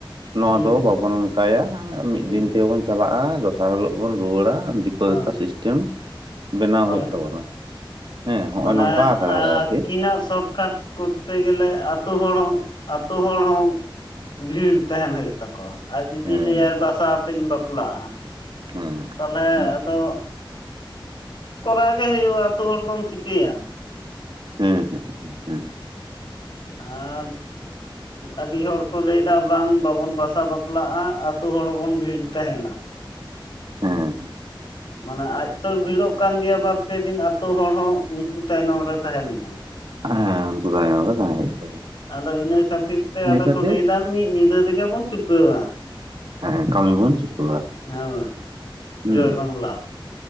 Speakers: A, on the right (about 65°); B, on the left (about 65°).
A: ᱱᱚᱣᱟ
B: ᱦᱩᱸ
A: ᱫᱚ ᱵᱟᱵᱚᱱ ᱚᱱᱠᱟᱭᱟ, ᱟᱨ ᱢᱤᱫ
B: ᱦᱩᱸ
A: ᱫᱤᱱ ᱛᱮᱵᱚᱱ ᱪᱟᱞᱟᱜᱼᱟ, ᱫᱚᱥᱟᱨ ᱦᱤᱞᱚᱜ ᱵᱚᱱ ᱨᱩᱣᱟᱹᱲᱟ ᱫᱤᱠᱩ
B: ᱦᱮᱸ
A: ᱫᱮᱠᱟ ᱥᱤᱥᱴᱮᱢ ᱵᱮᱱᱟᱣ
B: ᱦᱳᱭ
A: ᱦᱩᱭᱩᱜ ᱛᱟᱵᱚᱱᱟ᱾ ᱦᱮᱸ ᱦᱚᱜᱼᱚᱭ
B: ᱢᱟᱱᱮ
A: ᱱᱚᱝᱠᱟ ᱟᱠᱟᱫᱟ
B: ᱟᱹᱠᱤᱱᱟᱜ
A: ᱠᱚ ᱟᱨᱠᱤ
B: ᱟ ᱥᱚᱴᱠᱟᱨᱴ ᱠᱚᱛᱮ ᱜᱮᱞᱮ, ᱟᱹᱛᱳ ᱦᱚᱲ ᱦᱚᱸ ᱟᱹᱛᱳ ᱦᱚᱲ ᱦᱚᱸ ᱵᱷᱤᱲ ᱛᱟᱦᱮᱱ ᱦᱩᱭᱩᱜ ᱛᱟᱠᱚᱣᱟ, ᱟᱡ ᱡᱩᱫᱤ
A: ᱦᱮᱸ
B: ᱞᱟᱹᱭᱟᱭ ᱵᱟᱥᱟ ᱟᱛᱮᱫ ᱤᱧ ᱵᱟᱯᱞᱟᱜᱼᱟ᱾
A: ᱦᱮᱸ
B: ᱛᱟᱞᱦᱮ
A: ᱦᱮᱸ
B: ᱟᱫᱚ, ᱠᱚᱨᱟᱣ ᱜᱮ ᱦᱩᱭᱩᱜᱼᱟ ᱟᱹᱛᱩ ᱦᱚᱲ ᱫᱚᱢ ᱪᱤᱠᱟᱹᱭᱟ᱾
A: ᱦᱮᱸ ᱦᱮᱸ ᱦᱮᱸ ᱦᱮᱸ <unintelligible>
B: ᱟᱨ <inaudible> ᱟᱹᱰᱤ ᱦᱚᱲ ᱠᱚ ᱞᱟᱹᱭᱮᱫᱟ ᱵᱟᱝ ᱵᱟᱵᱚᱱ ᱵᱟᱥᱟ ᱵᱟᱯᱞᱟᱜᱼᱟ, ᱟᱛᱩ ᱦᱚᱲ ᱦᱚᱵᱚᱱ ᱵᱷᱤᱲ ᱛᱟᱦᱮᱱᱟ᱾
A: ᱦᱩᱸ,
B: ᱢᱟᱱᱮ ᱟᱡᱛᱚᱭ ᱵᱷᱤᱲᱚᱜ ᱠᱟᱱ ᱜᱮᱭᱟ ᱵᱟᱨ ᱯᱮ ᱫᱤᱱ ᱟᱛᱩ ᱦᱚᱲ ᱦᱚᱸ ᱩᱱᱠᱩ ᱛᱟᱭᱱᱚᱢ ᱨᱮ ᱛᱟᱦᱮᱱ ᱢᱮ᱾
A: ᱦᱮᱸ ᱩᱱᱠᱩ ᱛᱟᱭᱱᱚᱢ ᱨᱮ <unintelligible> ᱛᱟᱦᱮ ᱦᱩᱭᱩᱜᱼᱟ᱾
B: ᱟᱫᱚ ᱤᱱᱟᱹ ᱠᱷᱟᱹᱛᱤᱨ ᱛᱮ ᱟᱫᱚ
A: ᱠᱷᱟᱹᱛᱤᱨ
B: ᱠᱚ ᱞᱟᱹᱭᱮᱫᱟ ᱢᱤᱫ ᱧᱤᱫᱟᱹ ᱛᱮᱜᱮ ᱵᱚᱱ ᱪᱩᱠᱟᱹᱣᱟ᱾
A: ᱦᱮᱸ ᱠᱟᱹᱢᱤ ᱵᱚᱱ ᱪᱩᱠᱟᱹᱣᱟ᱾
B: ᱦᱳᱭ, <unintelligible>
A: ᱦᱩᱸ
B: ᱡᱚᱭ ᱵᱟᱝᱞᱟ ᱾